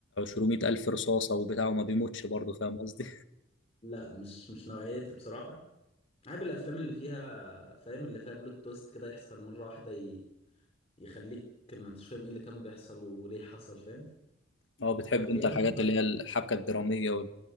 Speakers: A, on the left; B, on the left.
A: 200 الف رصاصه وبتاع وما بيموتش برضه فاهم قصدي
B: لا مش مش نوعيتي بصراحه بحب الافلام اللي فيها فاهم اللي فيها بلوت تويست كده يحصل مره واحده ي... يخليك ما انتش فاهم ايه اللي كان بيحصل وليه حصل فاهم
A: <laughs> اه بتحب
B: ففي
A: انت
B: افلام
A: الحاجات
B: بقى-
A: اللي هي الحبكه الدراميه